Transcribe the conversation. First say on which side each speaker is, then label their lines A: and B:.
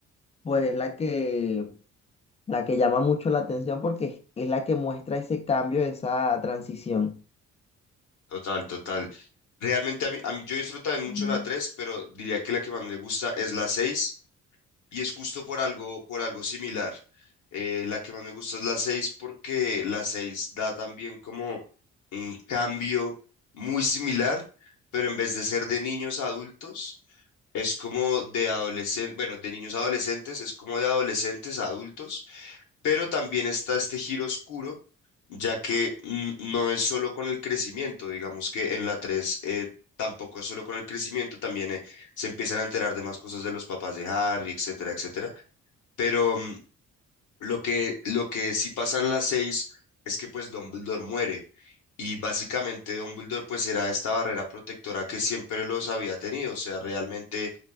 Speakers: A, on the left (about 20°); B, on the left (about 80°).
A: pues es la que la que llama mucho la atención porque es la que muestra ese cambio, esa transición.
B: total, total. Realmente a mí, a mí yo disfruto también mucho
A: Mm.
B: la tres pero diría que la que más me gusta es la seis y es justo por algo, por algo similar. Eh, la que más me gusta es la 6 porque la 6 da también como un cambio muy similar, pero en vez de ser de niños a adultos, Es como de adolescentes, bueno, de niños a adolescentes, es como de adolescentes a adultos, pero también está este giro oscuro, ya que mm, no es solo con el crecimiento, digamos que en la 3 tampoco es solo con el crecimiento, también eh, se empiezan a enterar de más cosas de los papás de Harry, etcétera, etcétera. Pero mm, lo que, lo que sí pasa en las seis es que pues Dumbledore muere y básicamente Dumbledore pues era esta barrera protectora que siempre los había tenido, o sea, realmente